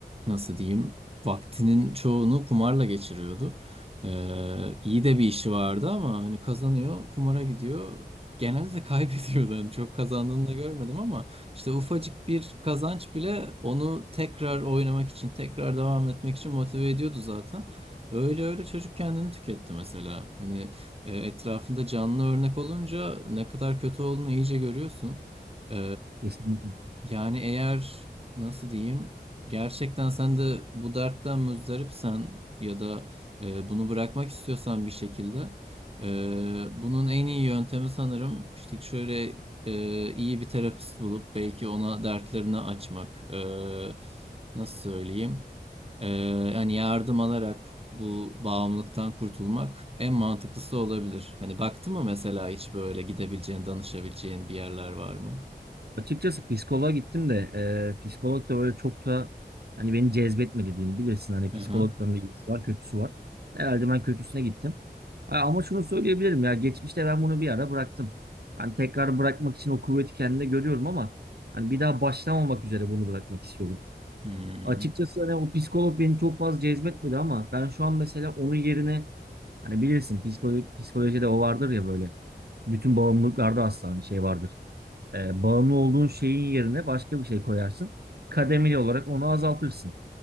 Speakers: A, on the right; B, on the right.
A: nasıl diyeyim vaktinin çoğunu kumarla geçiriyordu. E, iyi de bir işi vardı ama hani kazanıyor kumara gidiyor. Genelde <laughs> kaybediyordu. Hani çok kazandığını da görmedim ama işte ufacık bir kazanç bile onu tekrar oynamak için tekrar devam etmek için motive ediyordu zaten. Öyle öyle çocuk kendini tüketti mesela. Hani e, etrafında canlı örnek olunca ne kadar kötü olduğunu iyice görüyorsun. E,
B: Kesinlikle.
A: yani eğer nasıl diyeyim gerçekten sen de bu dertten muzdaripsen ya da e, bunu bırakmak istiyorsan bir şekilde e, bunun en iyi yöntemi sanırım işte şöyle e, iyi bir terapist bulup belki ona dertlerini açmak E, nasıl söyleyeyim E, yani yardım alarak bu bağımlılıktan kurtulmak en mantıklısı olabilir. Hani baktın mı mesela hiç böyle gidebileceğin danışabileceğin bir yerler var mı?
B: Açıkçası psikoloğa gittim de e, psikolog da böyle çok da hani beni cezbetmedi diyeyim. Bilirsin hani psikologların
A: Aha.
B: da iyisi var kötüsü var. Herhalde ben kötüsüne gittim. Ha, Ama şunu söyleyebilirim ya geçmişte ben bunu bir ara bıraktım. Hani tekrar bırakmak için o kuvveti kendimde görüyorum ama hani bir daha başlamamak üzere bunu bırakmak istiyorum.
A: Hmm.
B: Açıkçası hani o psikolog beni çok fazla cezbetmedi ama ben şu an mesela onun yerine hani bilirsin psikolo- psikolojide o vardır ya böyle bütün bağımlılıklarda aslında hani şey vardır. E, bağımlı olduğun şeyin yerine başka bir şey koyarsın. Kademeli olarak onu azaltırsın.